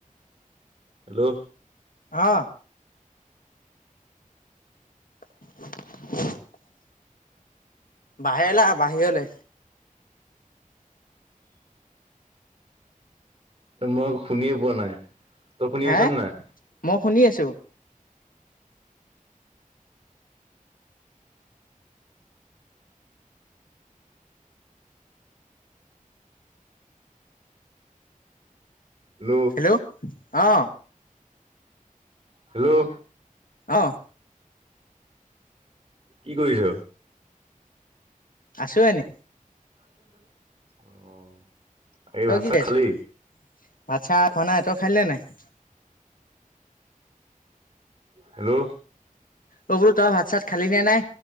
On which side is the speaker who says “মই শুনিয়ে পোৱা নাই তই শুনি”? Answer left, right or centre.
Right